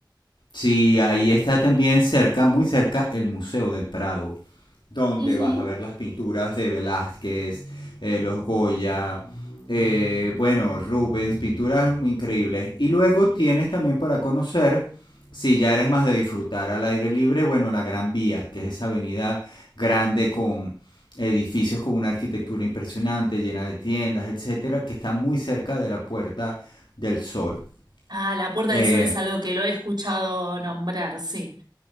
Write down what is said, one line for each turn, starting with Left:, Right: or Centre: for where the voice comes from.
Left: Sí, ahí está también cerca, muy cerca, el Museo del Prado, donde
Right: Ujú.
Left: vas a ver las pinturas de Velázquez, eh, los Goya, eh, bueno, Rubens, pinturas increíbles. Y luego tienes también para conocer, si ya eres más de disfrutar al aire libre, bueno, la Gran Vía, que es esa avenida grande con edificios con una arquitectura impresionante, llena de tiendas, etcétera, que está muy cerca de la Puerta del Sol.
Right: Ah, la Puerta
Left: Eh,
Right: del Sol es algo que lo he escuchado nombrar, sí.